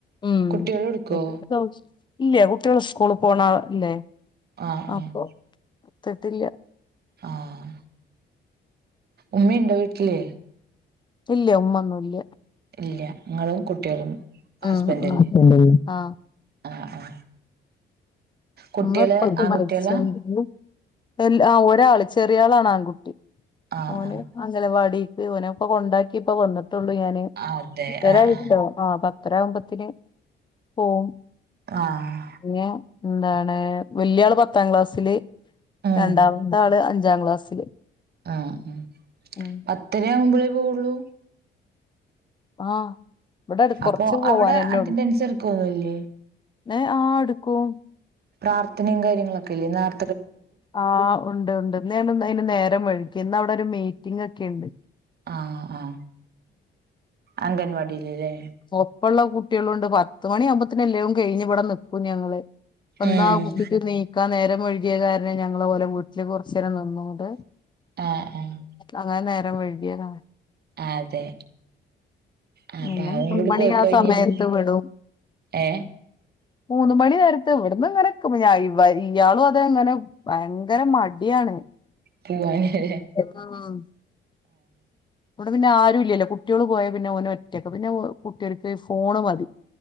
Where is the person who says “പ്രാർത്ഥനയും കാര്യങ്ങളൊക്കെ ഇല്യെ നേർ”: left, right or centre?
Right